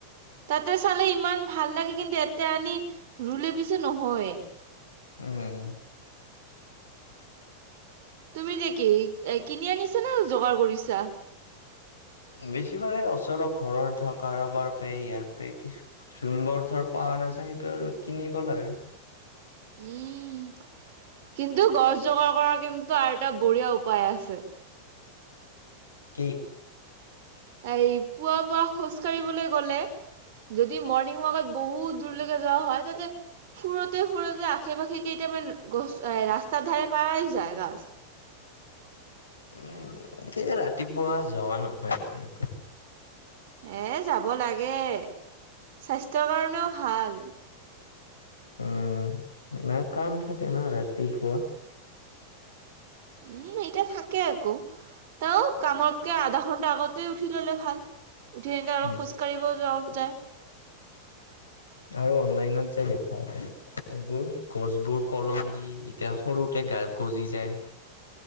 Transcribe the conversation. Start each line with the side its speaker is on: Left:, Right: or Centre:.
Right: তাতে চালে ইমান ভাল লাগে কিন্তু এতে আনি ৰুলে পিছে নহয়ে।
Left: উম।
Right: তুমি এতিয়া কি কিনি আনিছা না যোগাৰ কৰিছা।
Left: বেছিভাগে ওচৰ ঘৰৰ ধৰ কাৰোবাৰ প ইয়াৰ প জোনবোৰ ধৰ পাৱা আছে সেইবোৰ কিনিব লাগে।
Right: উম কিন্তু গছ জোগাৰ কৰাৰ কিন্তু আৰু এটা বঢ়িয়া উপায় আছে।
Left: কি?
Right: এই পুৱা পুৱ খোজ কাঢ়িবলৈ গলে যদি মৰ্ণিং ৱাকত বহুত দূৰলৈকে যোৱা হয় তাতে ফুৰোতে ফুৰতে আশে পাশে কেইটামান গছ এ ৰাস্তাৰ ধাৰে পাৱা এ যায় গাছ।
Left: উম এ ৰাতিপুৱা যোৱা নহয় তেনে কোৱা।
Right: এ যাব লাগে। স্বাস্থ্যৰ কাৰণেও ভাল।
Left: উম না কাম থাকে না ৰাতিপুৱা।
Right: উম এইটা থাকে আকো তও কামতকে আধা ঘন্টা আগতে উঠি ললে ভাল। উঠি সনেকা আলপ
Left: উম
Right: খোজ কাঢ়িব যও। যায়।
Left: আৰু অনলাইনত যে দেখায় এইবোৰ গছবোৰ কলম দি এতিয়া সৰুতে গজি যায়।